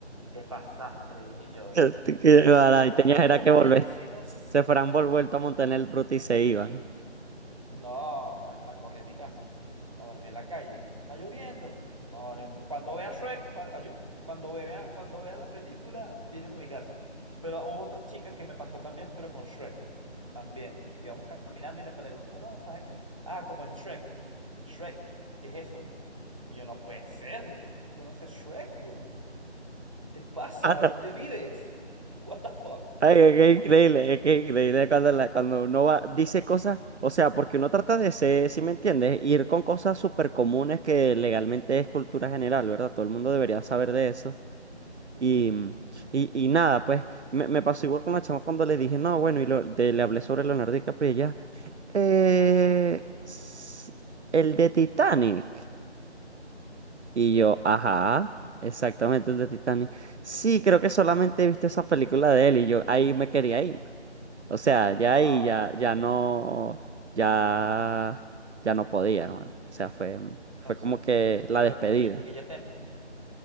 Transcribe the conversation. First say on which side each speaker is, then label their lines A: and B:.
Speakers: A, on the right; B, on the right.
A: te pasaste, le dije yo,
B: que-
A: no sé.
B: que- bueno,
A: Y ella, no,
B: y tenías era
A: pero
B: que
A: bueno,
B: volver,
A: si no.
B: se fueran vol- vuelto a montar en el ruta y se iban.
A: No, estaba que la corrí en mi casa. A dormir en la calle. Está lloviendo. No, no imp- cuando vea Shrek, cua- ayú, cuando vea, cuando vea la película, viene para mi casa. Pero hubo otra chica que me pasó también, pero con Shrek. También. Íbamos caminando y le pregunto, no, ¿sabes qué? Ah, como en Shrek. Shrek, ¿qué es eso? Y yo, no puede ser. ¿Cómo no conoces Shrek, weón? ¿Qué te pasa?
B: <laughs>
A: ¿Dónde vives? What the fuck?
B: Ay, es que
A: Es como
B: es increíble,
A: que.
B: es que es increíble cuando, la- cuando uno va, dice cosas, o sea, porque uno trata de ser, si me entiendes, ir con cosas súper comunes que legalmente es cultura general, ¿verdad? Todo el mundo debería saber de eso.
A: Ujú.
B: Y, mm, y, y nada, pues me, me pasó igual con la chama cuando le dije, no, bueno, y lo- de- le hablé sobre Leonardo DiCaprio y ella, "Eh, s- el de Titanic. Y yo, ajá, exactamente el de Titanic. Sí, creo que solamente he visto esa película de él y yo ahí me quería ir. O sea, ya
A: No,
B: ahí ya,
A: no.
B: ya no, ya, ya no podía, hermano. O sea, fue,
A: Entonces,
B: fue como que la
A: creo,
B: despedida.
A: ella, ella te.